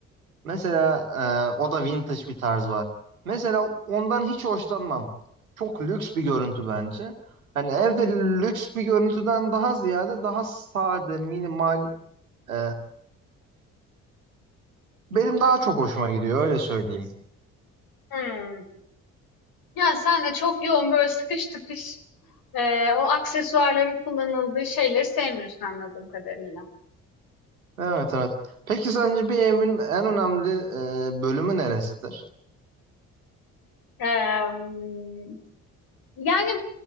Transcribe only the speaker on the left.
Hmm. Ya sen de çok yoğun böyle sıkış tıkış eee, o aksesuarların kullanıldığı şeyleri sevmiyorsun anladığım kadarıyla.
Eee, yani